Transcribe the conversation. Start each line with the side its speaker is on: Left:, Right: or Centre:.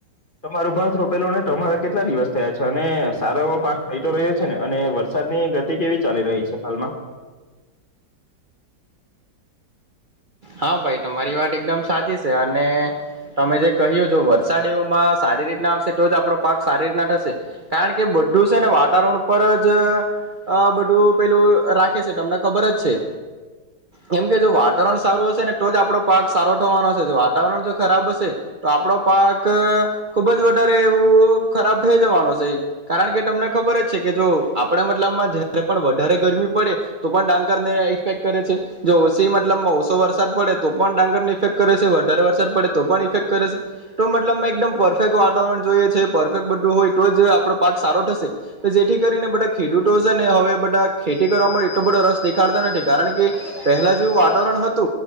Left: તમારું ભાત રોપેલું હોય તમારે કેટલા દિવસ થયા છે, અને સારો એવો પાક થઈ તો રહ્યો છે ને? અને વરસાદની ગતિ કેવી ચાલી રહી છે હાલમાં? <inaudible>
Right: હા ભાઈ તમારી વાત એકદમ સાચી છે, અને તમે જે કહ્યું જો વરસાદીઓમાં સારી રીતના આવશે તો જ આપડો પાક સારી રીતના થશે. કારણ કે બધું સે ને વાતાવરણ ઉપર જ અહ બધું પેલું રાખે છે તમને ખબર જ છે, કેમ કે જો વાતાવરણ સારું હશે ને તો જ આપડો પાક સારો થવાનો સે. જો વાતાવરણ જો ખરાબ હશે તો આપડો પાક અહ ખુબ જ વધારે એવું ખરાબ થઈ જવાનું છે, કારણ કે તમને ખબર જ છે કે જો આપડા મતલબ માં જ્યારે પણ વધારે ગરમી પડે તો પણ ડાંગર ને ઈફેક્ટ કરે છે. <unintelligible> ઓસી મતલબમાં ઓસ સો વરસાદ પડે તો પણ ડાંગર ને ઇફેક્ટ કરે છે, વધારે વરસાદ પડે તો પણ ઇફેક્ટ કરે છે, તો મતલબમાં એકદમ પરફેક્ટ વાતારણ જોઈએ છે, પરફેક્ટ બધું હોય તો જ આપણો પાક સારો થશે, તો જેથી કરીને બધા ખેડૂતો છે ને એ હવે બધા ખેતી કરવા એટલો બધો રસ દેખાડતા નથી કારણ કે પહેલા જેવું વાતાવરણ હવે <unintelligible> તો